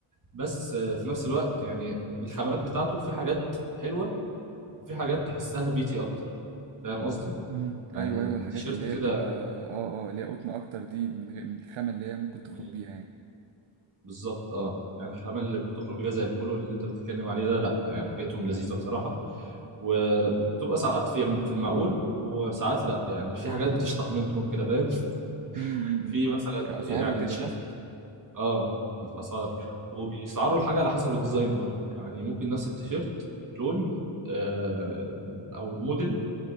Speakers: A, on the right; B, on the right.
A: بس آه، في نفس الوقت يعني الخامات بتاعته في حاجات حلوه وفي حاجات تحسها بيتي اكتر فاهم قصدي
B: امم
A: يعني
B: ايوه ايوه الحاجات
A: التيشيرت
B: اللي هي
A: كده
B: بتبقى اه اه اللي هي قطن اكتر دي من غير من الخامه اللي هي ممكن تخرج
A: مم.
B: بيها يعني
A: بالظبط اه يعني الخامة اللي بتخرج بيها زي البولو اللي انت بتتكلم عليه ده لا يعني حاجتهم لذيذة بصراحة وبتبقى ساعات في في المعقول وساعات لا يعني في حاجات بتشطح منهم كده فاهم <laughs>
B: امم امم امم.
A: في مثلا
B: كاسعار
A: يعني
B: وكده
A: تيشيرت
B: صح
A: اه الاسعار وبيسعروا الحاجة على حسب الديزاين برضو يعني ممكن نفس التيشيرت لون آه او موديل